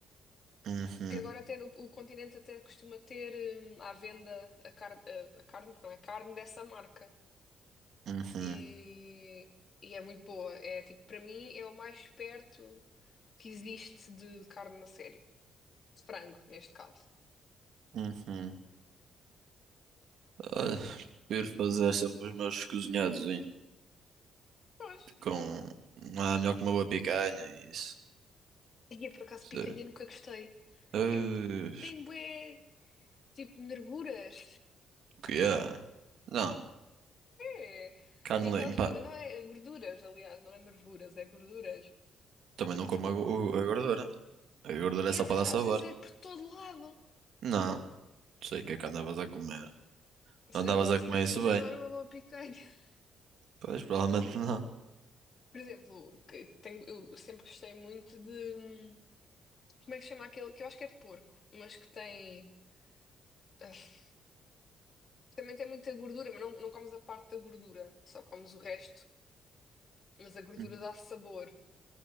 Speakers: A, on the right (about 70°); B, on the left (about 45°).
A: Uhum,
B: Que agora até no, o continente até costuma ter hum, à venda a carne, a, a carne, não é carne dessa marca.
A: uhum,
B: E, e é muito boa. É tipo, para mim é o mais perto que existe de carne a sério. de frango, neste caso.
A: uhum. Olha, prefiro fazer sempre os meus cozinhados
B: Pois.
A: com. Ah, melhor que uma boa picanha e isso.
B: E eu, por acaso,
A: Sim.
B: picanha nunca gostei.
A: Uh,
B: Eu tenho bué, tipo, nervuras.
A: que é? Não,
B: É.
A: carne
B: E aquelas,
A: limpa.
B: go- não é, gorduras, aliás, não é nervuras, é gorduras.
A: Também não como a, go- a gordura. A gordura
B: É,
A: é só
B: mas
A: para dar
B: às
A: sabor.
B: vezes é por todo lado.
A: Não, sei o que é que andavas a comer.
B: Sei
A: Não andavas
B: lá,
A: a
B: se
A: comer
B: calhar
A: isso
B: também
A: bem.
B: não era uma boa picanha. <laughs>
A: Pois, provavelmente não.
B: Por exemplo, que tenho, eu sempre gostei muito de... Como é que se chama aquele? Que eu acho que é de porco, mas que tem... ah, Também tem muita gordura, mas não, não comes a parte da gordura, só comes o resto. Mas a gordura
A: Hum,
B: dá sabor.